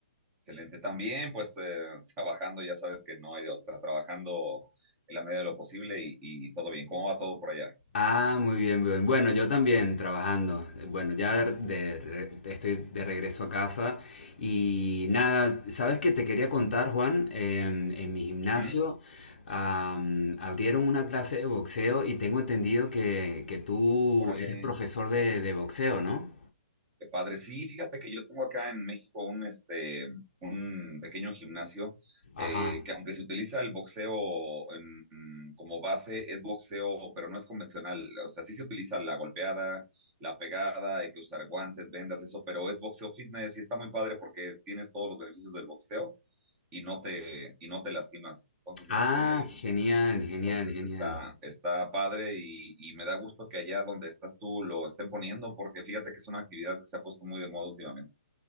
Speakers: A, on the right; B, on the left.
A: Excelente. También, pues, eh, trabajando, ya sabes que no hay de otra. Trabajando en la medida de lo posible y, y todo bien. ¿Cómo va todo por allá?
B: Ah, muy bien, bien. Bueno, yo también trabajando. Bueno, ya de- re- estoy de regreso a casa y nada, ¿sabes qué te quería contar, Juan? Em, en mi gimnasio
A: ¿Mm?
B: am, abrieron una clase de boxeo y tengo entendido que, que tú
A: Órale.
B: eres profesor de, de boxeo, ¿no?
A: Qué padre. Sí, fíjate que yo tengo acá en México un, este, un pequeño gimnasio eh,
B: Ajá.
A: que aunque se utiliza el boxeo en- mm, como base, es boxeo, pero no es convencional. O sea, sí se utiliza la golpeada, la pegada, hay que usar guantes, vendas, eso, pero es boxeo fitness y está muy padre porque tienes todos los beneficios del boxeo y no te, y no te lastimas. Entonces,
B: Ah,
A: este,
B: genial, genial,
A: entonces
B: genial.
A: está, está padre y, y me da gusto que allá donde estás tú lo estén poniendo, porque fíjate que es una actividad que se ha puesto muy de moda últimamente.